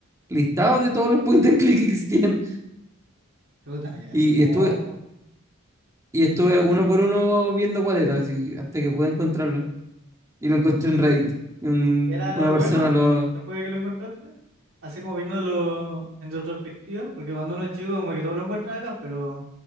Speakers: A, on the right (about 15°); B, on the right (about 70°).
A: listados de todos los point and click que existían.
B: Puta, ya,
A: Y,
B: eso es como,
A: y estuve, y estuve uno por uno viendo cuál era, así, hasta que pude encontrarlo. Y lo encontré en Reddit. Y un-
B: era
A: una
B: bueno,
A: persona lo...
B: después de que lo encontraste, así como viéndolo en retrospectiva, porque cuando uno es chico como que todo lo encuentra acá, pero